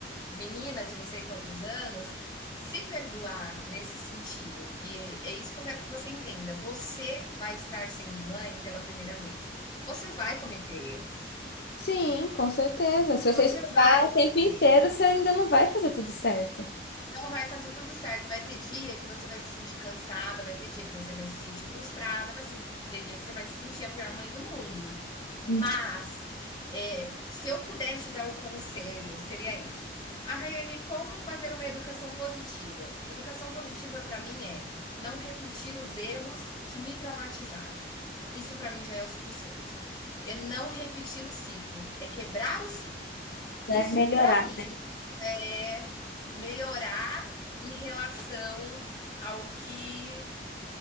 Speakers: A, on the left (about 25°); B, on the left (about 60°).
A: menina de não sei quantos anos, se perdoar nesse sentido. E é isso que eu quero que você entenda. Você vai estar sendo mãe pela primeira vez. Você vai cometer erros.
B: Sim, com certeza. Se você
A: Você
B: estudar
A: vai cometer
B: o tempo inteiro, você ainda não vai fazer tudo certo.
A: Não vai fazer tudo certo. Vai ter dia que você vai se sentir cansada, vai ter dia que você vai se sentir frustrada, vai se- ter dia que você vai se sentir a pior mãe do mundo. Mas
B: Hum.
A: é, se eu pudesse te dar o conselho, seria esse. Ah, Rayane, como fazer uma educação positiva? Educação positiva para mim é não repetir os erros que me traumatizaram. Isso para mim já é o suficiente. É não repetir o ciclo, é quebrar o ciclo. Isso
B: Vai melhorar.
A: para mim é melhorar em relação ao que